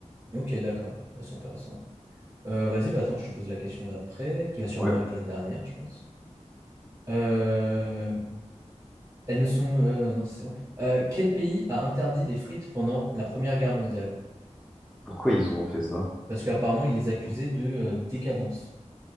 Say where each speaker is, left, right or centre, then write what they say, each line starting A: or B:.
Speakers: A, on the right; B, in the centre.
A: ok, d'accord. Ouais, C'est intéressant. Euh, vas-y, bah attends, je te pose la question d'après, qui va sûrement
B: Ouais.
A: être la dernière, je pense. Euh, Elles ne sont... euh, non, c'est bon. Euh, quel pays a interdit les frites pendant la Première Guerre mondiale?
B: Pourquoi ils auront fait ça?
A: Parce qu'apparemment, il les accusait
B: du coup
A: de euh, décadence.